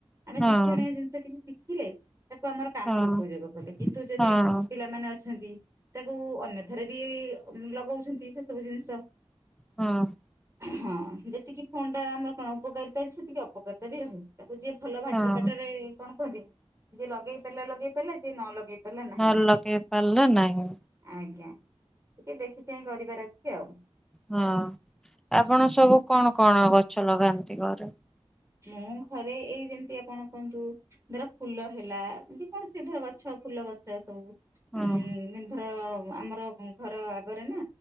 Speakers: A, on the right (about 30°); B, in the centre.
A: ଆମେ
B: ହଁ
A: ଶିକ୍ଷଣୀୟ ଜିନିଷ କିଛି ଶିଖ୍ ଥିଲେ। ତାକୁ ଆମର କାମରେ
B: ହଁ ହଁ
A: ଉପଯୋଗ କଲେ, କିନ୍ତୁ ଯଦି
B: ହଁ
A: ପିଲାମାନେ ଅଛନ୍ତି ତାକୁ ଅନ୍ୟଥାରେ ବି ଲଗଉଛନ୍ତି ସେ ସବୁ ଜିନିଷ।
B: ହଁ।
A: ହଁ ଯେତିକି ଫୋନଟା ଆମର କଣ ଉପକାରିତା ଅଛି ସେତିକି ଅପକାରିତା ବି ରହୁଛି ତାର୍। ଯିଏ ଭଲ ଭାଟରେ
B: ହଁ
A: ଫାଟରେ କଣ କୁହନ୍ତି। ଯିଏ ଲଗେଇ ପାରିଲା ଲଗେଇ ପାରିଲା ଯିଏ ନ ଲଗେଇ ପାରିଲା ନାହିଁ।
B: ନ ଲଗେଇ ପାରିଲା ନାହିଁ।
A: ଆଜ୍ଞା ଟିକେ ଦେଖି ଚାହିଁ କରିବାର ଅଛି ଆଉ।
B: ହଁ ଆପଣ ସବୁ କଣ କଣ ଗ ଛ ଲଗାନ୍ତି ଘରେ?
A: ମୁଁ ଘରେ ଏଇ ଯେମିତି ଆପଣ କୁହନ୍ତୁ ଧର ଫୁଲ ହେଲା ଯେକୌଣସି ଧର ଗଛ ଫୁଲ ଗଛ ସବୁ।
B: ହଁ।
A: ହୁଁ <unintelligible> ଆମର ଘର ଆଗରେ ନା